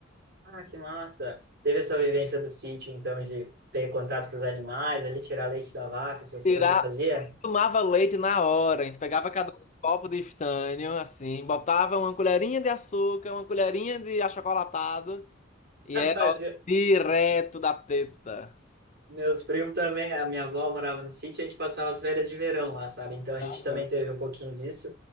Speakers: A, on the right; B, on the left.
A: ah, que massa. Teve essa vivência do sítio, então, de ter contato com os animais, ali tirar leite da vaca, essas
B: Tirar,
A: coisas, fazia?
B: tomava leite na hora, a gente pegava cada um um copo de estanho, assim, botava uma colherinha de açúcar, uma colherinha de achocolatado, e
A: <laughs>
B: era ó, direto da teta.
A: Meus primos também, a minha avó morava no sítio, a gente passava as férias de verão lá, sabe? Então a
B: Aham.
A: gente também teve um pouquinho disso.